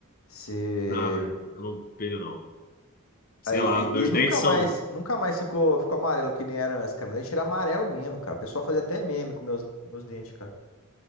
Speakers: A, on the left; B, on the left.
A: Se...
B: Não, mas eu não pilho, não. Sei
A: Aí,
B: lá, meus
A: e, e nunca
B: dentes são
A: mais, nunca mais ficou, ficou amarelo que nem era antes, cara. Mas a gente era amarelo mesmo, cara. O pessoal fazia até meme com meus, meus dentes, cara.